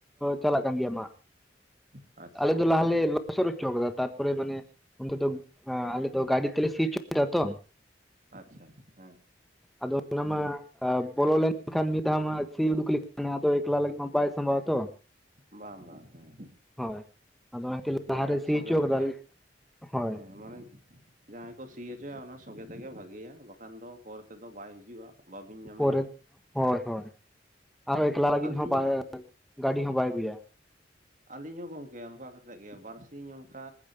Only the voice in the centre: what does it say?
ᱪᱟᱞᱟᱜ ᱠᱟᱱ ᱜᱮᱭᱟ ᱢᱟᱜ
ᱟᱞᱮ ᱫᱚ ᱞᱟᱦᱟᱞᱮ
ᱵᱚᱨ ᱪ ᱫᱫᱟ ᱛᱟᱨᱯᱚᱨ ᱢᱟᱱ ᱚᱱᱛᱮ ᱫᱚ ᱟᱞᱮ ᱫᱚ ᱜᱟᱹᱰᱤ ᱛᱮᱞᱮ ᱥᱩᱭᱪᱚᱭ ᱫᱟ ᱛᱚ
ᱟᱫᱚ ᱚᱱᱟᱢᱟ ᱵᱚᱞᱚ ᱞᱮᱱᱠᱷᱟᱱ ᱢᱤᱫ ᱫᱷᱟᱣ ᱢᱟ ᱥᱤ ᱩᱰᱩᱠ ᱞᱮᱠᱷᱟᱱ ᱟᱫᱚ ᱮᱠᱞᱟ ᱢᱟ ᱵᱟᱭ ᱥᱟᱢᱵᱟᱣᱟᱛᱚ
ᱦᱳᱭ ᱟᱫᱚ ᱚᱱᱟᱠᱤ ᱞᱟᱦᱟᱨᱮ
ᱥᱤ
ᱦᱚᱪᱚ
ᱠᱟᱜᱟᱭ ᱦᱳᱭ
ᱯᱚᱨᱮ ᱦᱳᱭ ᱦᱳᱭ ᱟᱨᱦᱚᱸ ᱮᱠᱞᱟ ᱞᱟᱹᱜᱤᱫ
ᱦᱚᱸ ᱵᱟᱭ ᱜᱟᱹᱰᱤ ᱦᱚᱸ ᱵᱟᱭ ᱟᱹᱜᱩᱭᱟ